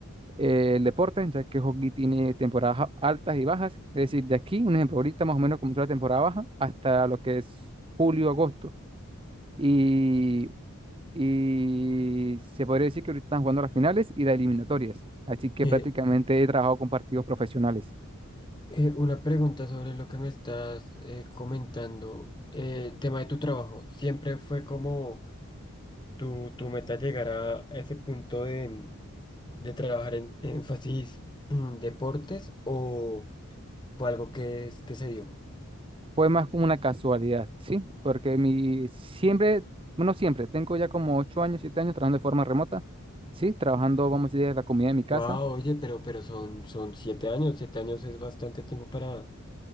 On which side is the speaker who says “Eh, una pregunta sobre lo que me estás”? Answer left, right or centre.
Left